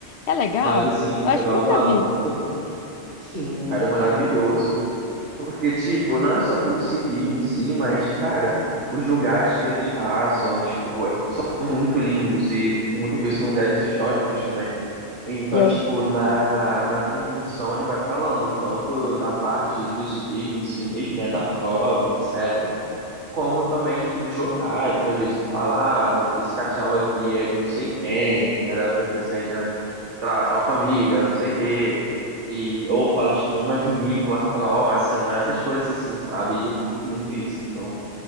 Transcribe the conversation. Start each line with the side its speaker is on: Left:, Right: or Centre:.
Left: É legal?
Right: Mas, assim,
Left: Eu
Right: pegar
Left: acho que eu nunca
Right: uma
Left: vi.
Right: luta, sim, cara, é maravilhoso. Porque, tipo, não é só pelo ciclismo em si, mas, cara, os lugares que eles passam, tipo, são muito lindos e muitas vezes são lugares históricos também. Então,
Left: E aí,
Right: tipo, na, na transmissão ele vai falando tanto da parte do ciclismo em si mesmo, né, da prova, etc., como também, tipo, dos locais. Então, às vezes, falar, ah, esse castelo aqui é de não sei quem, que era pertencente a, sei lá, a tal família, não sei o quê. E, ou fala, tipo, de uma vinícola próxima, essas coisas assim, sabe? E eu curto muito isso, então,